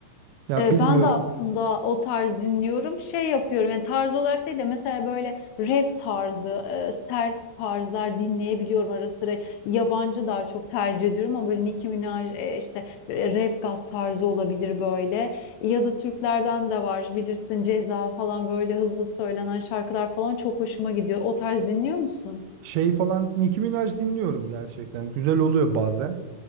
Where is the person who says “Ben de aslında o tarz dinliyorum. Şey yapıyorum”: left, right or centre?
Left